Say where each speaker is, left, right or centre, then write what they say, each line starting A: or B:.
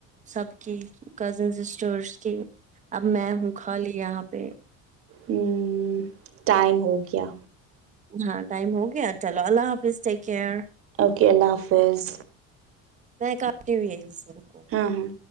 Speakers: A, on the right (about 20°); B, on the right (about 40°).
A: سب کی کزن سسٹرس کی اب میں ہوں خالی یہاں پہ
B: ہو ٹائم ہو گیا
A: ہاں ٹائم ہو گیا چلو اللہ حافظ ٹیک کیئر
B: اوکے اللہ حافظ
A: نہیں کاف بھی ہے سر
B: ہاں ہاں